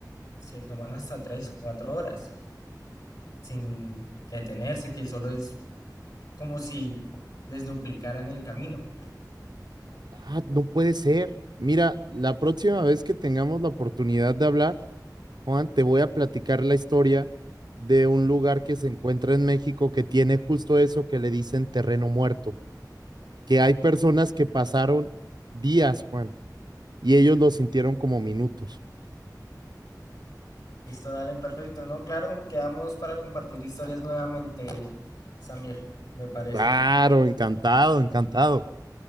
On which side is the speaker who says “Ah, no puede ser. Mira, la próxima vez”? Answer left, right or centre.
Right